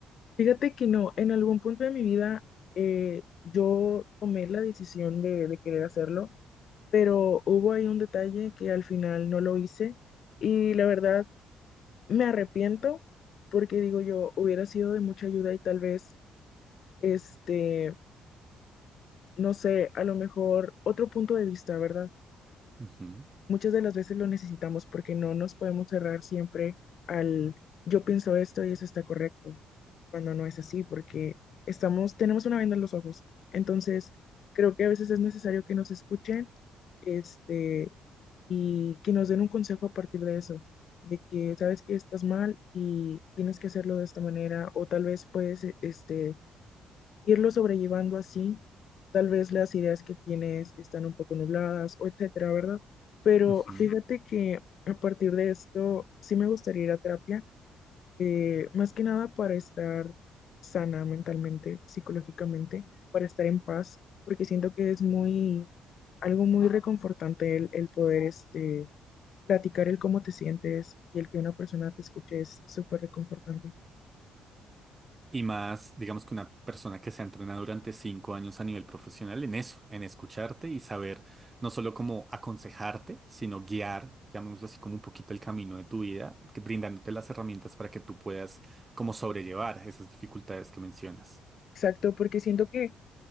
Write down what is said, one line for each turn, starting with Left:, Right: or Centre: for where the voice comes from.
Left: Fíjate que no, en algún punto de mi vida eh, yo tomé la decisión de, de querer hacerlo, pero hubo ahí un detalle que al final no lo hice y la verdad me arrepiento porque digo yo, hubiera sido de mucha ayuda y tal vez... Este, no sé, a lo mejor otro punto de vista, ¿verdad?
Right: Ujú,
Left: Muchas de las veces lo necesitamos porque no nos podemos cerrar siempre al yo pienso esto y eso está correcto, cuando no es así, porque estamos, tenemos una venda en los ojos. Entonces, creo que a veces es necesario que nos escuchen, este, y que nos den un consejo a partir de eso, de que sabes que estás mal y tienes que hacerlo de esta manera, o tal vez puedes, este, irlo sobrellevando así. Tal vez las ideas que tienes están un poco nubladas o etcétera, ¿verdad? Pero
Right: ujú.
Left: fíjate que a partir de esto sí me gustaría ir a terapia, eh, más que nada para estar sana mentalmente, psicológicamente, para estar en paz, porque siento que es muy, algo muy reconfortante el, el poder este, platicar el cómo te sientes y el que una persona te escuche es súper reconfortante.
Right: Y más, digamos que una persona que se ha entrenado durante cinco años a nivel profesional en eso, en escucharte y saber no solo cómo aconsejarte, sino guiar, llamémoslo así, como un poquito el camino de tu vida, que- brindándote las herramientas para que tú puedas como sobrellevar esas dificultades que mencionas.
Left: Exacto, porque siento que